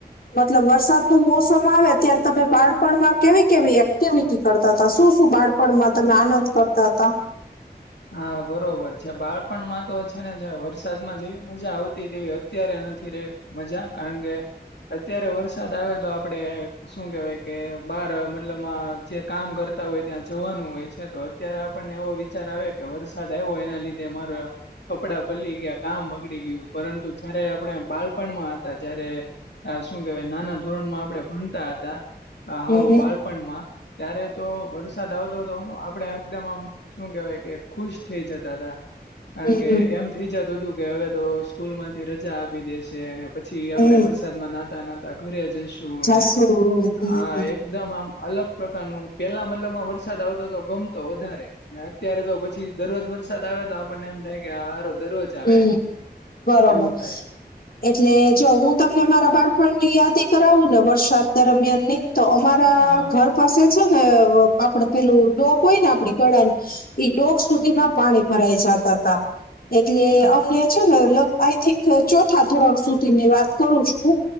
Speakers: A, on the left; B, on the left.
A: મતલબ વરસાદનું મોસમ આવે ત્યારે તમે બાળપણમાં કેવી કેવી એક્ટિવિટી કરતા હતા શું શું બાળપણમાં તમે આનંદ કરતા હતા.
B: હા બરોબર છે બાળપણમાં તો છે ને જે વરસાદમાં જેવી મજા આવતી તેવી અત્યારે નથી રે મજા કારણ કે અત્યારે વરસાદ આવે તો આપણે શું કહેવાય કે બાર મતલબમાં જે કામ કરતા હોય ત્યાં જવાનું હોય છે તો અત્યારે આપણને એવો વિચાર આવે કે વરસાદ આવ્યો એના લીધે મારો કપડા પલળી ગયા કામ બગડી ગયું પરંતુ જયારે આપણે બાળપણમાં હતા જયારે હા શું કેવાય નાના ધોરણ માં આપણે ભણતા હતા. આ
A: હમ
B: હાવ
A: હમ
B: બાળપણમાં ત્યારે તો વર - સાદ આવતો હતો આપણે એકદમ આમ શું કહેવાય કે ખુશ થઇ જતા હતા. કારણ
A: હમ
B: કે એમ થઇ જતું હતું કે હવે તો સ્કૂલમાંથી રજા આપી દેશે અને પછી
A: હમ
B: આપણે
A: હમ,
B: વરસાદમાં નહતા નહતા ઘરે જઈશું
A: જાસુ
B: અને
A: હમ
B: આ
A: હમ
B: એક એકદમ આમ અલગ પ્રકારનું પેલા મતલબમાં વરસાદ આવતો તો ગમતો વધારે અને અત્યારે તો પ પછી દરરોજ વરસાદ આવે તો આપણને એમ થાય કે આ હારો દરરોજ
A: હમ..
B: આવે
A: બરોબર
B: એવું થાય
A: એટલે જો હું તમને મારા બાળપણની યાદી કરાવુને વરસાદ દરમ્યાનની તો અમારા
B: હા
A: ઘર પાસે છે ને આપણે પેલું ડોક હોય ને આપણે ઘડાનું ઈ ડોક સુધીના પાણી ભરાઈ જાતા હતા. એટલે
B: હા
A: અમને છે લગ આઈ થિંક ચોથા ધોરણ સુધીની વાત કરું છું.